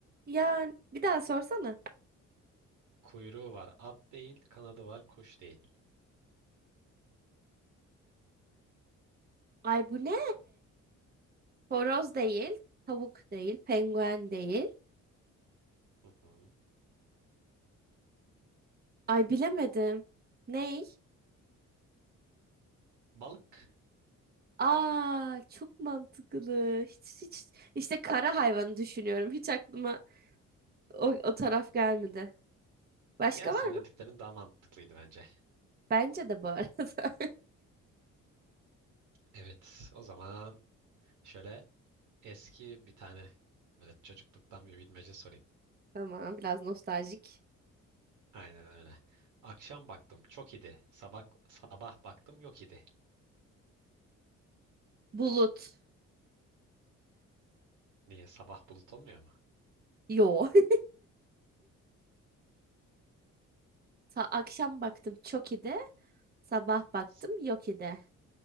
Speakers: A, on the right (about 30°); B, on the right (about 80°).
A: Ya bir daha sorsana.
B: Kuyruğu var at değil, kanadı var kuş değil.
A: Ay bu ne? Horoz değil. Tavuk değil. Penguen değil.
B: Hı hı.
A: Ay bilemedim. Ne?
B: Balık.
A: Aa çok mantıklı. Hiç hiç işte kara hayvanı düşünüyorum. Hiç aklıma o, o taraf gelmedi. Başka
B: Ya senin
A: var mı?
B: dediklerin daha mantıklıydı bence.
A: Bence de bu arada.
B: Evet, o zaman şöyle eski bir tane böyle çocukluktan bir bilmece sorayım.
A: <laughs> Tamam biraz nostaljik.
B: Aynen öyle. Akşam baktım çok idi. Sabah sabah baktım yok idi.
A: Bulut.
B: Niye sabah bulut olmuyor mu?
A: Yo. <laughs> Sa- akşam baktım çok iyi de sabah baktım
B: S-
A: yok idi.